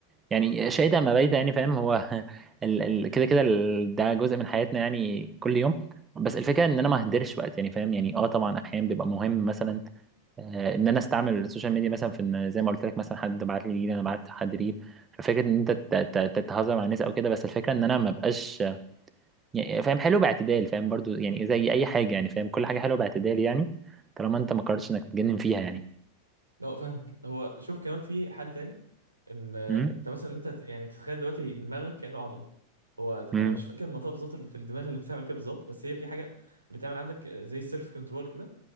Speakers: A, on the right; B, on the right.
A: يعني شئت ام ابيت يعني فاهم هو <laughs> ال ال كده كده ال- ده جزء من حياتنا يعني كل يوم بس الفكره ان انا ما اهدرش وقت يعني فاهم يعني اه طبعا احيانا بيبقى مهم مثلا آه، ان انا استعمل السوشيال ميديا مثلا في ان زي ما قلت لك مثلا حد بعت لي ريل انا بعت حد ريل ففكره ان انت ت- ت- تتهزر مع الناس او كده بس الفكره ان انا ما بقاش يعني فاهم حلو باعتدال فاهم برضو يعني زي اي حاجه يعني فاهم كل حاجه حلوه باعتدال يعني طالما انت ما قررتش انك تجنن فيها يعني
B: لا فاهمك هو شوف كمان في حل تاني إن آه،
A: امم
B: أنت مثلا أنت ت- يعني تتخيل دلوقتي دماغك كأنه عضلة هو ت-
A: امم
B: أنا مش فاكر المنطقة بالظبط اللي في الدماغ اللي بتعمل كده بالظبط بس هي في حاجة بتعمل عندك آه، زي السيلف كنترول كده